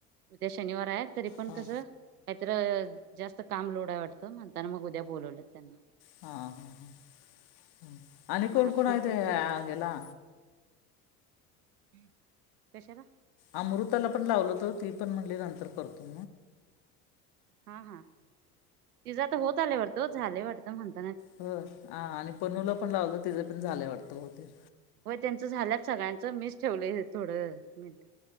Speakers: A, on the right (about 85°); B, on the left (about 60°).
A: उद्या शनिवार आहेत तरी पण
B: हां
A: कसं काहीत जास्त काम लोड आहे वाटतं म्हणताना मग उद्या बोलवलं त्यांना
B: हा, हा, हा आणि कोण,
A: मग हर्षू
B: कोण आहेत ते
A: पृथ्वी
B: ह्याला
A: हम् कशाला
B: अमृताला पण लावलं तर ती पण म्हणली नंतर करतो
A: हा, हा तिझं तर होत आल्या वाटतं झाले वाटतं म्हणत
B: हो ह आणि पनुलं पण लावलं तिचे पण झाले वाटतं होते
A: हो त्यांच झाल्यात सगळ्यांच मिस ठेवलंय थोडं मिनट